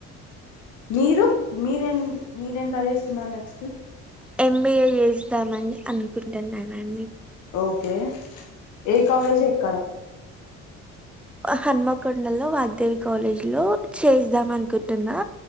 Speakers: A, on the left; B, in the centre.
A: మీరు మీరేం మీరేం ట్రై చేస్తున్నారు నెక్స్ట్?
B: ఎంబిఏ చేద్దామని అనుకుంటున్నానండి.
A: ఓకే ఏ కాలేజ్ ఎక్కడ?
B: హన్మకొండ లో వాగ్దేవి కాలేజ్ లో చేద్దాం అనుకుంటున్నా